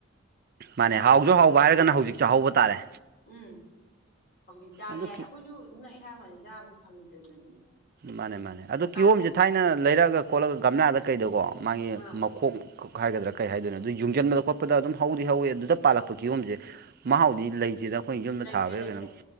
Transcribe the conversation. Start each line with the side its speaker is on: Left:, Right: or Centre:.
Right: ꯃꯥꯅꯦ ꯍꯥꯎꯁꯨ ꯍꯥꯎꯕ ꯍꯥꯏꯔꯒꯅ ꯍꯧꯖꯤꯛ ꯆ ꯍꯧꯕ ꯇꯥꯔꯦ
Left: ꯎꯝ ꯍꯧꯖꯤꯛ ꯆꯥꯕ
Right: ꯑꯗꯨ
Left: ꯌꯥꯏ ꯑꯩꯈꯣꯏꯁꯨ ꯅꯛꯑꯦ ꯍꯥꯏꯋꯥꯗꯤ ꯆꯥꯕꯗꯤ ꯐꯪꯗ꯭ꯔꯤꯕꯅꯤ
Right: ꯃꯥꯅꯦ
Left: ꯑꯗꯨꯗ
Right: ꯃꯥꯅꯦ ꯑꯗꯨ
Left: ꯀꯥꯟ
Right: ꯀꯤꯍꯣꯝꯁꯦ ꯊꯥꯏꯅ ꯂꯩꯔꯛꯑꯒ ꯈꯣꯠꯂꯒ ꯒꯝꯂꯥꯗ ꯀꯩꯗꯧꯕꯣ ꯃꯥꯒꯤ
Left: ꯑꯥ
Right: ꯈꯣꯡ ꯍꯥꯏꯒꯗ꯭ꯔꯥ ꯀꯩ ꯍꯥꯏꯗꯣꯏꯅꯣ ꯑꯗꯨ ꯌꯨꯡꯁꯤꯟꯕꯗ ꯈꯣꯠꯄꯗ ꯑꯗꯨꯝ ꯍꯧꯗꯤ ꯍꯧꯋꯏ ꯑꯗꯨ ꯄꯥꯜꯂꯛꯄ ꯀꯤꯌꯣꯝꯁꯦ ꯃꯍꯥꯎꯗꯤ ꯂꯩꯇꯗꯅ ꯑꯩꯈꯣꯏꯅ ꯌꯨꯝꯗ
Left: ꯂꯩꯇꯦ
Right: ꯊꯥꯕꯩꯈꯣꯏꯩꯅꯣ
Left: ꯂꯩꯇꯦ